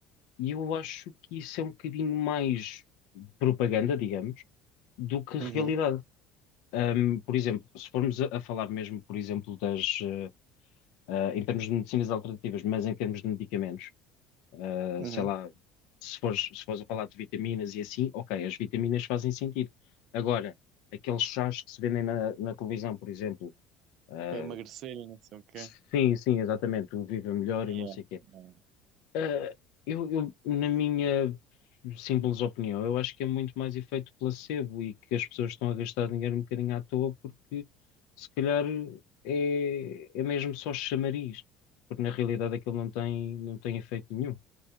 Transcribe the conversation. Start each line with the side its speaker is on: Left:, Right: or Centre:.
Left: E eu acho que isso é um bocadinho mais propaganda, digamos, do que realidade.
Right: uhum,
Left: Ahm, por exemplo, se formos a, a falar mesmo, por exemplo, das, eh, ah, em termos de medicinas alternativas, mas em termos de medicamentos, ah,
Right: uhum.
Left: sei lá, se fores, se fores a falar de vitaminas e assim, ok, as vitaminas fazem sentido. Agora, aqueles chás que se vendem na, na televisão, por exemplo, ah,
Right: Para emagrecer e não sei o quê.
Left: sim, sim, exatamente, o Viva Melhor
Right: Yeah.
Left: e não sei o quê.
Right: Yeah.
Left: Ah, eu, eu, na minha simples opinião, eu acho que é muito mais efeito placebo e que as pessoas estão a gastar dinheiro um bocadinho à toa porque se calhar é, é mesmo só chamariz, porque na realidade aquilo não tem, não tem efeito nenhum.